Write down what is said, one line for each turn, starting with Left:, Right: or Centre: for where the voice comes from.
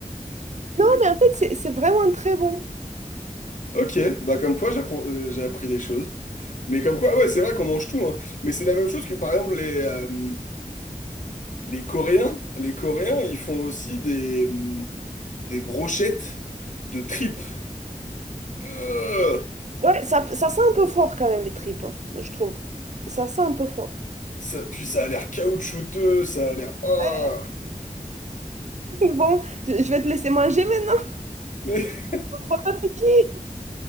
Right: Non, mais en fait, c'est c'est vraiment très bon.
Left: <laughs> Ok, bah comme quoi, j'apprends, euh, j'ai appris des choses. Mais comme quoi, ouais, c'est vrai qu'on mange tout, hein. Mais c'est la même chose que par exemple les, euh, les Coréens. Les Coréens, ils font aussi des, hum, des brochettes de tripes. Euh,
Right: Ouais, ça, ça sent un peu fort quand même, les tripes, hein, je trouve. Ça sent un peu fort.
Left: ça- puis ça a l'air caoutchouteux, ça a l'air... Ah.
Right: <laughs> Bon, je je vais te laisser manger maintenant.
Left: <laughs>
Right: <laughs> Bon appétit.